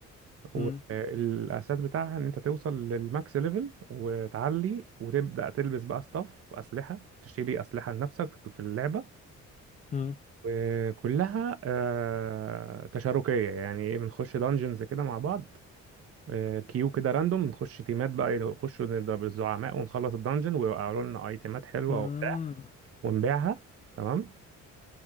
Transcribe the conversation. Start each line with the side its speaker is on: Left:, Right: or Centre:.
Right: والاساس
Left: امم
Right: بتاعها ان انت توصل للماكس ليفل وتعلي وتبدا تلبس بقى ستاف واسلحه تشتري اسلحه لنفسك في اللعبه
Left: امم
Right: وكلها آه، تشاركيه يعني ايه بنخش دانجنز كده مع بعض آه، كيو كده راندوم نخش تيمات بقى نخش نضرب الزعماء ونخلص الدانجن ويوقعوا لنا ايتمات حلوه
Left: آه.
Right: وبتاع ونبيعها تمام